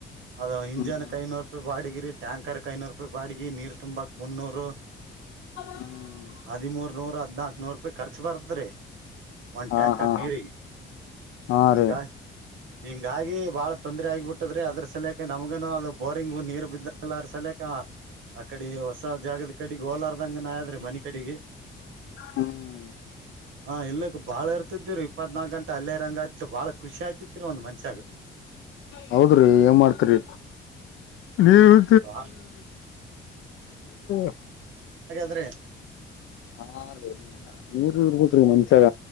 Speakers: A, on the right (about 80°); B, on the left (about 75°).
A: ಅದಾ ಹಿಂಜಾನ
B: ಹ್ಮ್
A: ಕೈ ನೂರ್ ರೂಪಾಯ್ ಬಾಡ್ಗೆ ಇರು ಟ್ಯಾಂಕರುಕ ಐನೂರುಪಾಯ್ ಬಾಡಿಗೆ ನೀರ್ ತುಂಬಾಕ್ ಮುನ್ನೂರು
B: ಹ್ಮ್
A: ಹದಿಮೂರ್ ನೂರು ಹದ್ನಾಕ್ ನೂರ್ ಖರ್ಚ ಬರತ್ ರೀ ಒಂದ್
B: ಹಾ
A: ಟ್ಯಾಂಕರ್
B: ಹಾ
A: ನೀರಿಗೆ
B: ಹಾ
A: ಹಿಂಗಾರ್
B: ರೀ
A: ಹಿಂಗಾಗಿ ಬಾಳ ತೊಂದ್ರೆ ಆಗಿಬಿಟ್ಟದ್ರಿ ಅದ್ರು ಸಾಲೆಗಾ ನಮ್ಗನು ಅದು ಬೋರಿಂಗು ನೀರು ಬಿದ್ದಲ್ಲರ ಸಲೇಕಾ ಆ ಕಡೆ ಹೊಸ ಜಾಗದ್ ಕಡಿಗ್ ಹೋಲಾರ್ದಂಗನಾದ್ರಿ ಮನಿ ಕಡಿಗೆ
B: ಹ್ಮ್
A: ಹಾ ಇಲ್ಲಕ್ಕ ಬಾಳ ಇರ್ತಿದ್ದೀರಿ ಇಪ್ಪತ್ನಾಕ್ ಗಂಟ್ ತಲ್ಲೆ ರಂಗ ತ್ತು ಬಾಳ ಖುಷಿ ಆಯ್ತಿತ್ರಿ ಒಂದ್ ಮನ್ಷ್ಯಾಗ
B: ಹೌದ್ರಿ ಏನ್ ಮಾಡ್ತರಿ ನೀರ್
A: ಬಾ
B: <unintelligible>
A: ದ್ರೆ
B: ಹಾ <unintelligible> ಇವ್ರು ಇರ್ಬೇಕ್ರಿ ಮಸ್ಯಗ